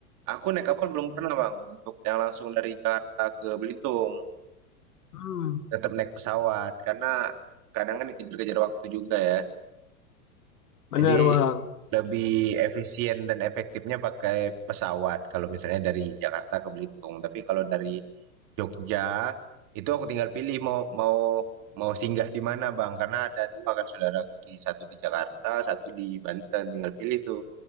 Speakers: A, on the right; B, on the left.
A: Aku naik kapal belum pernah, Bang, untuk yang langsung dari Jakarta ke Belitung.
B: Hmm,
A: Tetap naik pesawat karena kadang kan dikejar-kejar waktu juga ya. Jadi
B: benar bang,
A: lebih efisien dan efektifnya pakai pesawat kalau misalnya dari Jakarta ke Belitung. Tapi kalau dari Jogja itu aku tinggal pilih mau mau mau singgah di mana Bang karena ada dua kan saudaraku di satu di Jakarta, satu di Banten tinggal pilih tuh.